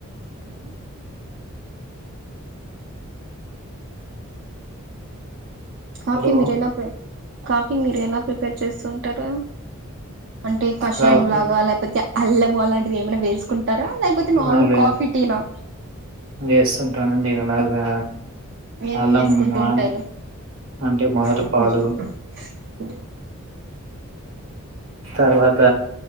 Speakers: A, on the right; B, on the right.
A: ఆవునా కాఫీ
B: హలో!
A: మీరు ఎలా ప్రే కాఫీ మీరు ఎలా ప్రిపేర్ చేసు అంతట అంటే కషాయం
B: కాఫీ
A: లాగా లేపోతే అల్లము అలాంటివి ఏమైనా వేసుకుంటారా లేపోతే నార్మల్
B: ఆ! వే
A: కాఫీ టీనా
B: వేస్తుంటానండి అలాగా
A: ఏమేం
B: అల్లం
A: వేసుకుంటూ ఉంటారు
B: ఆ! అంటే మొదట
A: ఉప్పు
B: పాలు
A: వేసుకుంటా టుమ్
B: తర్వాత